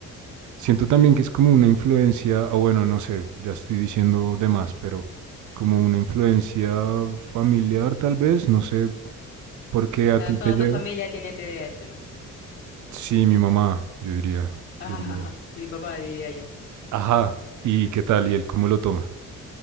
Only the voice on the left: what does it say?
Pero
Toda
tu familia tiene T D A H, ¿no? <laughs>
Ah,
mi papá diría yo.